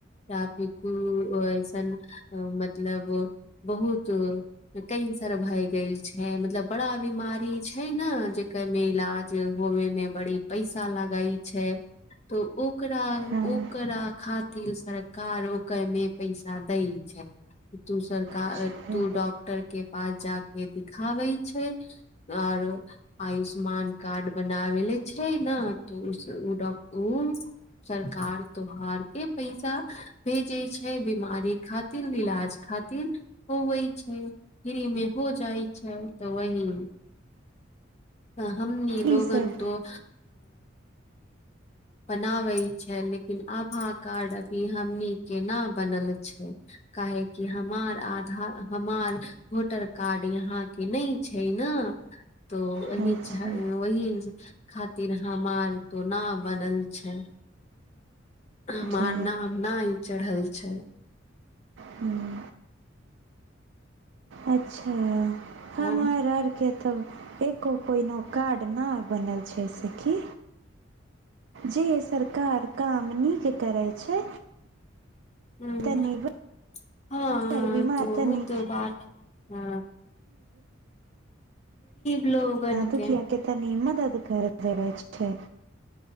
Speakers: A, on the left; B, on the right.
A: ती कु अऐसन मतलब बहुत कइ सारा भाय गेल छै मतलब बड़ा बीमारी छै ने जेकर मे इलाज होवे मे बड़ी पैसा लगई छै तऽ ओकरा
B: हँ
A: ओकरा खातिर सरकार ओकरमे पैसा दै छै तू सरकार
B: अच्छा
A: तू डॉक्टर के पास जााके दिखाबै आऔर आयुष्मान कार्ड बनावे ले छै ने तऽ उडकू सरकार त्योहार के पैसा भेजे छै बिमारी खातिर इलाज खातिर खातिर होवै छै फ्री मे हो जाइ छै तऽ वही अह हम नी लोगन
B: ईसभ
A: तों बनाबै छै लेकिन आभा कार्ड अभी हमनी केना बनल छै काहे कि हमार आधार हमार वोटर कार्ड यहाँ के नहि छै ने तऽ ओह
B: होइ
A: ओही
B: छै
A: खातिर हमार तो न बनल छै हमार
B: जे
A: नाम नई चढ़ल छै
B: हम्म, अच्छा हम
A: हूँ
B: आर आरके तब एको पहिनो कार्ड नहि बनल छै सखी जे सरकार काम नीक करै छै
A: ह
B: तनी
A: हँ
B: बड़ बीमार
A: त ओ
B: तनी
A: तऽ बात हँ लोगन
B: दुखिया
A: के
B: केतनी मदद कर दे छै